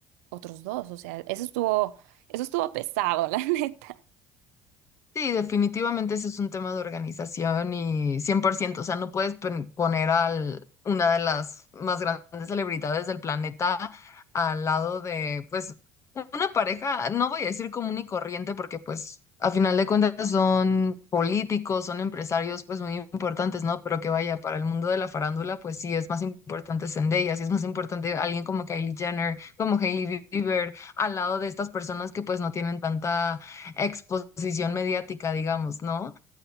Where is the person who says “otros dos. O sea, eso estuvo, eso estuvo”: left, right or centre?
Right